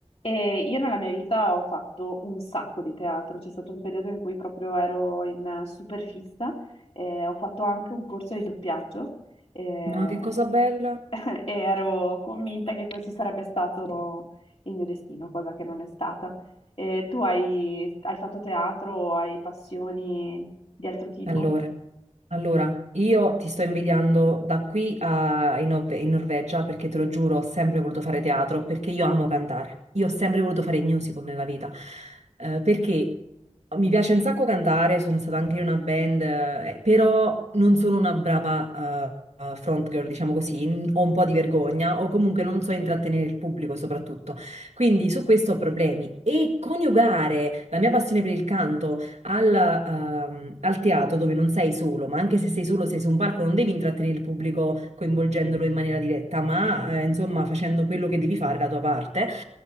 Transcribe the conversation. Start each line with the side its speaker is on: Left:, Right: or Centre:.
Left: E io nella mia vita ho fatto un sacco di teatro, c'è stato un periodo in cui proprio ero in eh, super fissa, eh, ho fatto anche un corso di doppiaggio eh,
Right: Ma che cosa bella.
Left: <laughs> e ero convinta che questo sarebbe stato il mio destino, cosa che non è stata. Eh, tu hai, hai fatto teatro o hai passioni di altro tipo?
Right: Allora, allora, io ti sto invidiando da qui a, in, Nor- in Norvegia perché te lo giuro, ho sempre voluto fare teatro perché io amo cantare. Io ho sempre voluto fare il musical nella vita eh, perché mi piace un sacco cantare, sono stata anche in una band, eh, però non sono una brava eh, eh, front girl, diciamo così, n- ho un po' di vergogna o comunque non so intrattenere il pubblico soprattutto. Quindi su questo ho problemi e coniugare la mia passione per il canto alla, ehm, al teatro dove non sei solo, ma anche se sei solo, sei su un palco, non devi intrattenere il pubblico coinvolgendolo in maniera diretta, ma eh, insomma facendo quello che devi fare, la tua parte.